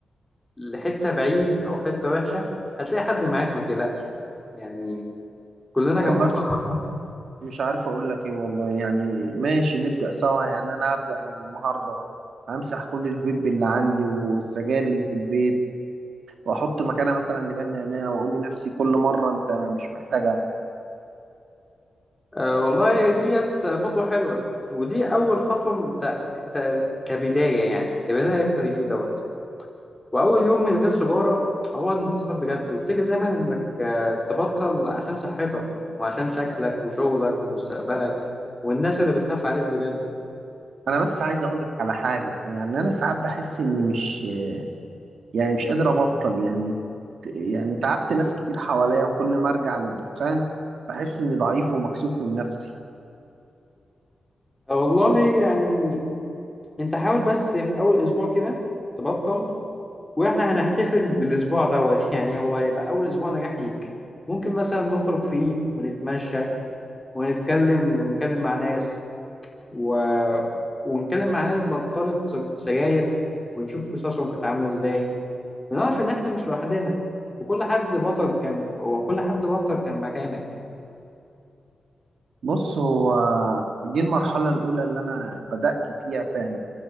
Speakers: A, on the left (about 15°); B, on the right (about 80°).
A: لحتة بعيد او حتة وحشة هتلاقي حد معاك ما تقلقش يعني كلنا
B: والله
A: جنب بعض
B: مش عارف اقول لك ايه والله يعني ماشي نبدأ سوا يعني انا هبدأ من النهارده همسح كل الفيب اللي عندي والسجاير اللي في البيت واحط مكانها مثلا لبان نعناع واقول لنفسي كل مرة انت مش محتاجها
A: آه والله ديت خطوة حلوة ودي اول خطوة م- ت... ت... كبداية يعني كبداية التغيير دوت واول يوم من غير سيجارة هو انتصار بجد وافتكر دايما انك آه، تبطل عشان صحتك وعشان شكلك وشغلك ومستقبلك والناس اللي بتخاف عليك بجد
B: انا بس عايز اقول لك على حاجة يعني انا ساعات بحس اني مش يعني مش قادر ابطل يعني يعني تعبت ناس كتير حواليا وكل ما ارجع للدخان بحس اني ضعيف ومكسوف من نفسي
A: آه، والله يعني انت حاول بس في اول اسبوع كده تبطل واحنا هنحتفل بالاسبوع دوت <laughs> يعني هو هيبقى اول اسبوع نجاح ليك ممكن مثلا نخرج فيه ونتمشى ونتكلم ونتكلم مع ناس و... ونتكلم مع ناس بطلت سج- سجاير ونشوف قصصهم كانت عامله ازاي ونعرف ان احنا مش لوحدنا وكل حد بطل كان وكل حد بطل كان مكانك يعني
B: بص هو دي المرحلة الأولى اللي أنا بدأت فيها فعلا